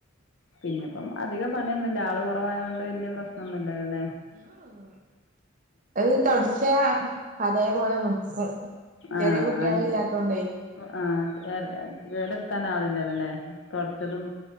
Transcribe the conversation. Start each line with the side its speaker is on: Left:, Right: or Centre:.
Left: പിന്നെപ്പം അധിക പണിയൊന്നുല്ല ആള് കൊറവായോണ്ട് വല്യ പ്രശ്നൊന്നും ഇല്ലല്ലോ ലേ
Right: ഉം അത് തൊട്ച്ചാ അതേപോലെ നിക്കും ചെറിയ
Left: ആഹ്
Right: കുട്ട്യള് ഇല്ലാത്തോണ്ടേ
Left: ആഹ് കേട് കേടെര്ത്താൻ ആള്ല്ലല്ലോ ല്ലേ തൊട്ച്ചതും